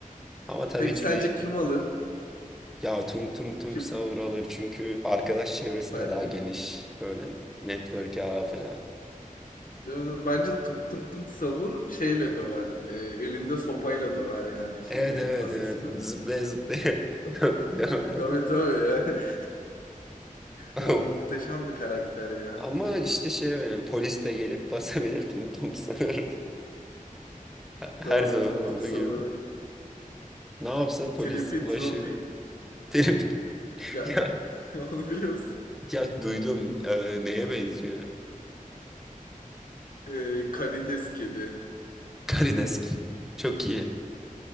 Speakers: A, in the centre; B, on the left.
A: Ama tabii
B: Peki
A: ki
B: sence
A: bir
B: kim alır?
A: Ya tung tung tung
B: Kim?
A: sahur alır çünkü arkadaş çevresi
B: Bence
A: de daha geniş.
B: de.
A: Böyle network ağı falan.
B: Değil mi? Bence tung tung tung sahur şeyle döver. E, elinde sopayla döver yani şeyi.
A: Evet evet
B: Asesino
A: evet zıplaya zıplaya
B: kap.
A: <laughs> döver
B: Tabii
A: muhtemelen.
B: tabii ya. <laughs>
A: <laughs>
B: O muhteşem bir karakter ya.
A: Ama işte şey yani, polis de gelip basabilir tum tum sahur. <laughs> Her
B: Doğru
A: zaman
B: tung
A: olduğu
B: tung sahur.
A: gibi. Ne yapsa polis
B: Tripi
A: ulaşıyor.
B: Tropi.
A: <laughs> Telefon.
B: Ya
A: Ya,
B: <laughs> onu biliyor musun?
A: ya duydum e, neye benziyor?
B: E, karides kedi.
A: Karidesk. Çok iyi.